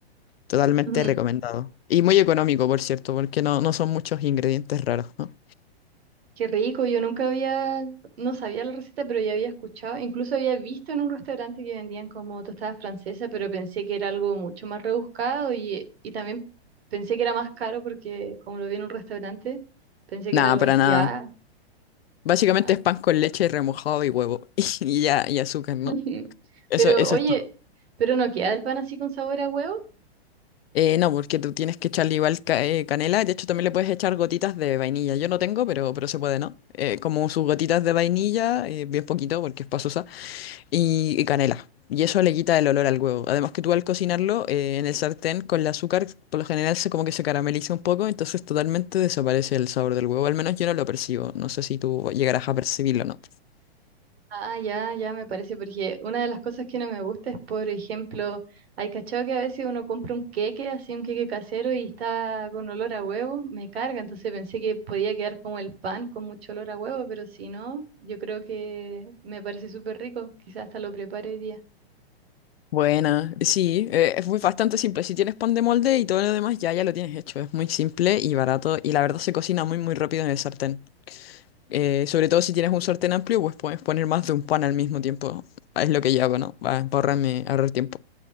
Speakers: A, on the left (about 65°); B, on the right (about 70°).
A: Totalmente
B: <laughs>
A: recomendado. Y muy económico, por cierto, porque no, no son muchos ingredientes raros, ¿no?
B: Qué rico, yo nunca había, no sabía la receta, pero ya había escuchado, incluso había visto en un restaurante que vendían como tostada francesa, pero pensé que era algo mucho más rebuscado y, y también pensé que era más caro porque como lo vi en un restaurante, pensé
A: Nada,
B: que era algo
A: para
B: así,
A: nada.
B: ah,
A: Básicamente
B: ah.
A: es pan con leche remojado y huevo <laughs> y ya y azúcar, ¿no?
B: <laughs>
A: Eso,
B: Pero
A: eso
B: oye,
A: es todo.
B: pero no queda el pan así con sabor a huevo.
A: Eh, no, porque tú tienes que echarle igual ca- eh, canela. De hecho, también le puedes echar gotitas de vainilla. Yo no tengo, pero, pero se puede, ¿no? Eh, como sus gotitas de vainilla, eh, bien poquito, porque es pasosa, y, y canela. Y eso le quita el olor al huevo. Además que tú al cocinarlo eh, en el sartén con el azúcar, por lo general se como que se carameliza un poco, entonces totalmente desaparece el sabor del huevo. Al menos yo no lo percibo. No sé si tú llegarás a percibirlo o no.
B: Ah, ya, ya me parece, porque una de las cosas que no me gusta es, por ejemplo, hay cachado que a veces uno compra un queque, así un queque casero y está con olor a huevo, me carga, entonces pensé que podía quedar como el pan con mucho olor a huevo, pero si no, yo creo que me parece súper rico, quizás hasta lo prepare hoy día.
A: Buena, sí, eh, es muy bastante simple. Si tienes pan de molde y todo lo demás ya, ya lo tienes hecho. Es muy simple y barato y la verdad se cocina muy muy rápido en el sartén. Eh, sobre todo si tienes un sartén amplio, pues puedes poner más de un pan al mismo tiempo. Es lo que yo hago, ¿no? Va, Para ahorrarme, ahorrar tiempo.